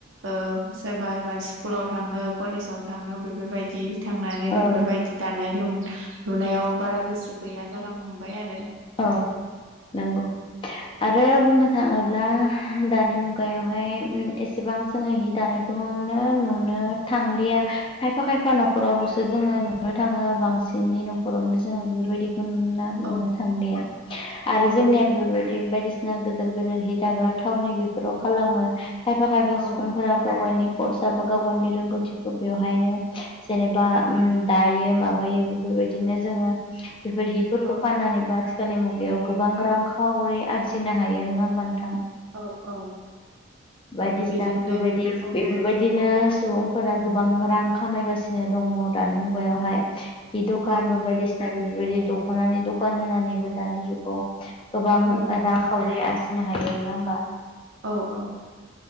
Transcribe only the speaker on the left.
औ
औ नंगौ आरो बुंनो थाङोब्ला दानि मुगायावहाय एसेबां जोङो हि दानाय बेखौनो नुनो थांलिया खायफा खायफा साफा न'खरावल'सो
जोङो नुनो थाङो बांसिनै न'खरावनो जोङो बेफोरबायदिखौ नुना
थांदि आरो
जोंनिया बेफोरबायदि बायदिसिना गिदिर गिदिर हि दाग्रा थावनि बेफोराव खालामो खायफा खायफा
सुबुंफोरा गाव गावनि हरसा बा गाव गावनि रोंगौथिखौ बेवहायनो जेनेबा दायो माबायो बेफोरबायदिनो जोङो बेफोर हि फोरफोरखौ
फाननानैबो आथिखालनि मुगायाव गोबां रांखावरि आरजिनो हायो नोङा होमबा नोंथां
बायदिसिनाफोरबायदि
बेफोर बेबायदिनो सुबुंफोरा गोबां रां खामायगासिनो दङ दानि मुगायावहाय हि दखान
बा बायदिसिना बेफोरबायदि दख'नानि दखान होनानैबो दानि जुगाव गोबां
रांखावरि आरजिनो हायो नङा होमबा